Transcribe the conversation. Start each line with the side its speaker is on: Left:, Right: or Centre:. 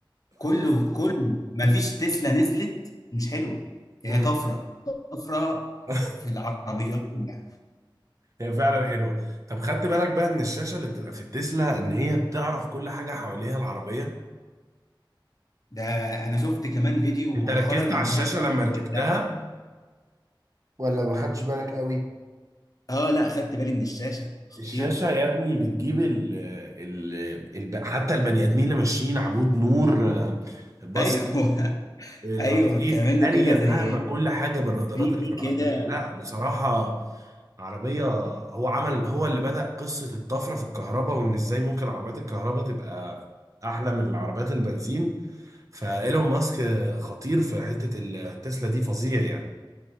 Left: كله كله مفيش تسلا نزلت مش حلوه هي
Right: امم
Left: طفره طفره
Right: <laughs>
Left: في العربيات كلها
Right: هي فعلا حلوه طب خدت بالك بقى من الشاشه اللي بتبقى في التسلا ان هي بتعرف كل حاجه حواليها العربيه
Left: ده انا شفت كمان فيديو
Right: انت
Left: مؤخرا
Right: ركزت على
Left: انها
Right: الشاشه
Left: بتركب
Right: لما ركبتها
Left: لوحدها
Right: ولا ما خدتش بالك قوي
Left: اه لا خدت بالي من الشاشه خطيره
Right: الشاشة يا ابني بتجيب ال ال ال حتى البني آدمين اللي ماشيين عمود نور آه، بص
Left: ايوه <laughs>
Right: الرصيف
Left: ايوه بتعمل
Right: قارية
Left: له كده زي
Right: فاهمة كل
Left: 3
Right: حاجة بالرادارات
Left: دي
Right: اللي في العربية
Left: كده
Right: لا بصراحة عربية هو عمل هو اللي بدأ قصة الطفرة في الكهرباء وإن إزاي ممكن عربيات الكهرباء تبقى أحلى من العربيات البنزين فإيلون ماسك خطير في حتة التسلا دي فظيع يعني